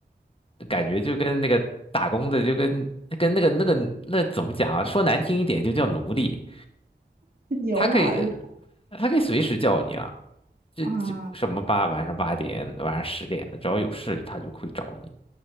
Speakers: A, on the left (about 30°); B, on the right (about 55°).
A: 感觉就跟那个打工的就跟跟那个那个那怎么讲啊？说难听一点就叫奴隶。
B: 牛马日
A: 他可以，他可以随时叫你啊，这这什么八晚上八点、
B: 啊，
A: 晚上十点的，只要有事他就会找你，